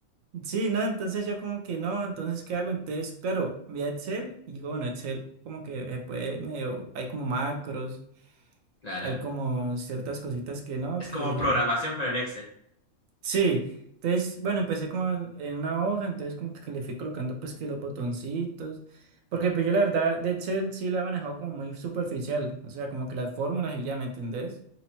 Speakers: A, on the right; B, on the left.
A: Sí, no, entonces yo como que no, entonces ¿qué hago? Entonces, claro, vi a Excel y digo, bueno, Excel como que se puede medio, hay como macros,
B: Claro.
A: hay como ciertas cositas que no,
B: Es
A: que
B: como programación, pero en Excel.
A: Sí, entonces, bueno, empecé como en, en una hoja, entonces como que le fui colocando pues que los botoncitos, porque pues yo la verdad de Excel sí lo he manejado como muy superficial, o sea, como que las fórmulas y ya, ¿me entendés?